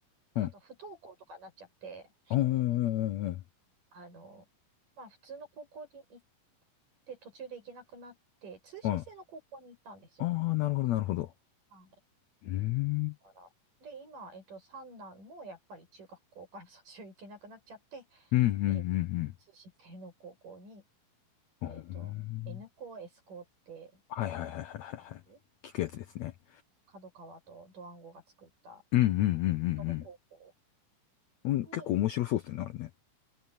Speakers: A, on the right (about 60°); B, on the left (about 80°).
A: あの、
B: うん。
A: 不登校とかになっちゃって、
B: ああ、うんうんうんうん。
A: あの、まあ、普通の高校に行って、途中で行けなくなって、通信制の高校に行ったんですよ。
B: はい。ああ、なるほど、なるほど。
A: はい。
B: うーん。
A: だから、で、今、えっと、三男もやっぱり中学校から卒業行けなくなっちゃって、
B: うん、うん、うん、
A: えっと、通信制の高校に、
B: うん。
A: えっと、
B: うーん
A: N 校、S 校って
B: はいはいはいはいはいはい。
A: 聞いたことあります
B: 聞くやつですね。
A: 角川とドワンゴが作った、
B: うん、うん、う
A: 元の高校
B: ん、うん、うん。うん結構面白そうですね、
A: に、
B: あれね。